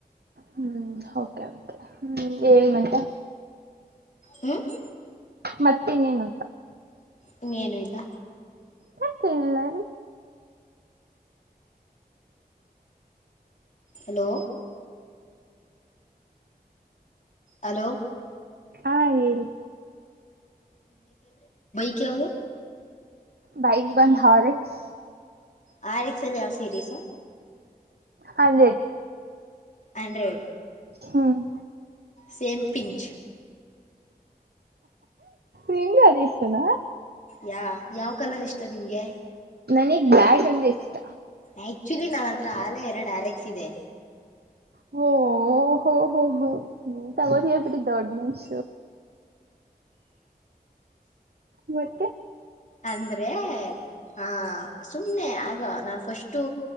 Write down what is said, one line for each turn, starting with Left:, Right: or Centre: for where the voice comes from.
Right: ಹ್ಮ್ ಓಕೆ ಓಕೆ ಹ್ಮ್ ಹೇಳಿ ಮತ್ತೆ.
Left: ಹ್ಮ.
Right: ಮತ್ತೆ ಇನ್ನೇನು.
Left: ಇನ್ನೇನು ಇಲ್ಲ.
Right: ಮತ್ತೆನಿಲ್ಲ.
Left: ಹಲೋ. ಹಲೋ
Right: ಹಾ ಹೇಳಿ.
Left: ಹೇಳು.
Right: ಬೈಕ್ ಬಂದ್ ಹಾರಿಕ್ಸ್.
Left: ಹಾರಿಕ್ಸಲ್ಲಿ ಯಾವ ಸೀರೀಸು.
Right: ಹಂಡ್ರೆಡ್.
Left: ಹಂಡ್ರೆಡ್.
Right: ಹ್ಮ್.
Left: ಸೇಂಪಿಂಚ್.
Right: ನಿಂಗ ಅದ ಇಷ್ಟನಾ.
Left: ಯ ಯಾವ್ ಕಲರ್ ಇಷ್ಟ ನಿಮ್ಗೆ.
Right: ನನಗ್ ಬ್ಯಾಟ್ ಅಂದ್ರೆ ಇಷ್ಟ.
Left: ಆಕ್ಚುಲಿ ನಾನ ಹತ್ರ ಅಲ್ರೆಡಿ ಎರಡು ಆರೆಕ್ಸ್ ಇದೆ.
Right: ಹ ಹ ಹ ತಗ ಪ ದಡ್ ಮಸ. ಮತ್ತೆ.
Left: ಅಂದ್ರೆ ಆ..... ಸುಮ್ನೆ ಆಗ ನಾ ಫಸ್ಟು.